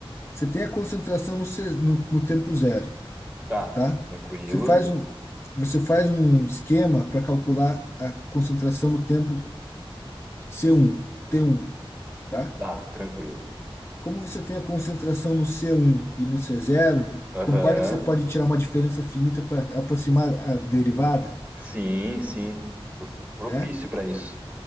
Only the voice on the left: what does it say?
Você tem a concentração no, ce- no, no tempo zero,
tá?
Você faz um você faz um esquema para calcular a concentração no tempo C1, T1. tá?
Como você tem a concentração no C1 e no C0,
concorda que você pode tirar uma diferença finita para aproximar a derivada,
né?